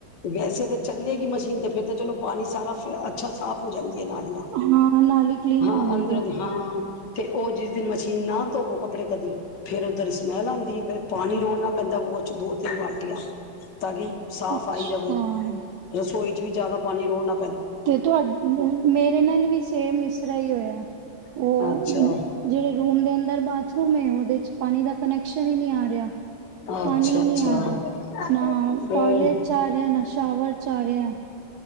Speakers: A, on the left; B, on the right.
A: ਵੈਸੇ ਤਾਂ ਚੱਲੇਗੀ ਮਸ਼ੀਨ ਤੇ ਫਿਰ ਤਾਂ ਚਲੋ ਪਾਣੀ ਸਾਰਾ ਅੱਛਾ ਸਾਫ਼ ਹੋ ਜਾਵੇ ਲਾੜੀਆਂ
B: ਹਾਂ ਨਾਲ ਹੀ ਕਲੀਨ
A: ਹਾਂ
B: ਹੋ ਜਾਂਦੇ
A: ਅੰਦਰੋਂ
B: ਹੋਣੇ
A: ਦੀ ਹਾਂ ਤੇ ਉਹ ਜਿਸ ਦਿਨ ਮਸ਼ੀਨ ਨਾ ਧੋਵੋ ਕੱਪੜੇ ਕਦੀ ਫੇਿਰ ਉੱਧਰ ਸਮੈਲ ਆਉਂਦੀ ਹੈ ਫਿਰ ਪਾਣੀ ਰੋੜਨਾ ਪੈਂਦਾ ਵ ਚ ਦੋ ਤਿੰਨ ਬਾਲਟੀਆਂ ਤਾਂ ਕਿ ਸਾਫ਼
B: ਅੱਛਾ
A: ਆਈ ਰਹੇ ਰਸੋਈ ਚ ਵੀ ਜ਼ਿਆਦਾ ਪਾਣੀ ਰੋਣ ਨਾਲ
B: ਤੇ ਤੁਹਾਡੇ ਮੇਰੇ ਨਾਲ ਵੀ ਸੇਮ ਇਸਰਾ ਹੀ ਹੋਇਆ ਉਹ
A: ਹੈ ਅੱਛਾ
B: ਜਿਹੜੇ ਰੂਮ ਦੇ ਅੰਦਰ ਬਾਥਰੂਮ ਮੈਂ ਉਹਦੇ ਚ ਪਾਣੀ ਦਾ ਕਨੈਕਸ਼ਨ ਹੀ ਨਹੀਂ ਆ ਰਿਹਾ ਪਾਣੀ
A: ਅੱਛਾ
B: ਨਹੀਂ
A: ਅੱਛਾ
B: ਆ ਰਿਹਾ ਨਾ
A: ਫੇਰ
B: ਟੋਇਲੇਟ ਚ ਆ ਰਿਹਾ ਨਾ ਸ਼ਾਵਰ ਚ ਆ ਰਿਹਾ